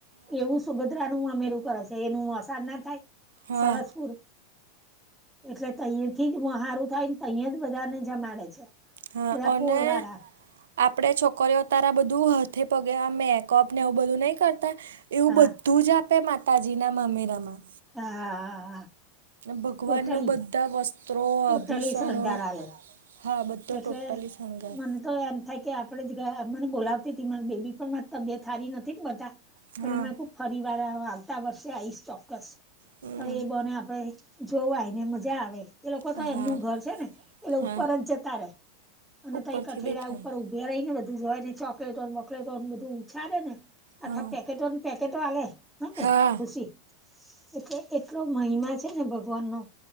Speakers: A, in the centre; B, on the right.
A: એવું સુઘડ મામેરું કરે છે, એનું રાજ ન થાય,
B: હા
A: સરસપુર. એટલે ત્યાંથી જ સારું થાય ને, ત્યાં જ બધાને જમાડે છે.
B: હા,
A: બધા
B: અને.
A: પોર વાળા
B: આપણેે છોકરીઓ તારા બધું હાથે પગે આ મેકઅપને એવું બધું નહી કરતા. એવું
A: હા
B: બધું જ આપે માતાજીના મામેરામાં
A: હા
B: ભગવાનનું
A: ટોટલી
B: બધા વસ્ત્રો
A: ટોટલી
B: આભૂષણો
A: શણગાર આલે
B: હા બધો
A: એટલે
B: ટોટલી સંગાર.
A: મને તો એમ થાય કે આપણે જ ગયા મને બોલાવતી તી મારી બેબી પણ તબિયત હારી નથી ને બધા
B: હા
A: એટલે મે ખુબ ફરી વાર હોવ આવતા વર્ષે આઈશ ચોક્કસ.
B: હમ
A: તો એ બોને આપડે જોવાયને મજા આવે. એ લોકો તો
B: હા
A: એમનું ઘર છે ને એટલે
B: હા
A: ઉપર જ જતા રે અને
B: ઉપરથી
A: તઈ કઠેડા
B: દેખાય
A: ઉપર વેરાઈને બધું જોયને ચોકલેટો ને વોકલેટો બધું ઉછાળે ને આખા
B: હા
A: પેકેટો ને પેકેટો આ લે હ કે
B: હા
A: ખુશી એટલે એટલો મહિમા છે ને ભ ગવાન નો